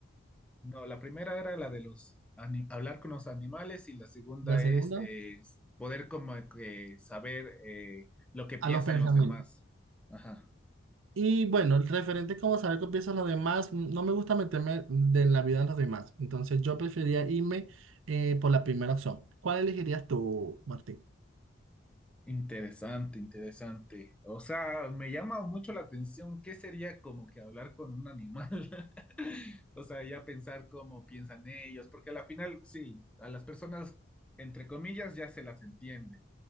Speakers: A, in the centre; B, on the right (about 80°).
A: No, la primera era la de los ani- hablar con los animales y la segunda
B: La segunda,
A: es eh, poder como que saber eh, lo que piensan
B: a los pensamientos.
A: los demás. Ajá.
B: Y bueno, el referente como saber qué piensan los demás, mm, no me gusta meterme de la vida de los demás. Entonces yo preferiría irme eh, por la primera opción. ¿Cuál elegirías tú, Martín?
A: Interesante, interesante. O sea, me llama mucho la atención qué sería como que hablar con un animal. <laughs> O sea, ya pensar cómo piensan ellos, porque a la final, sí, a las personas, entre comillas, ya se las entiende.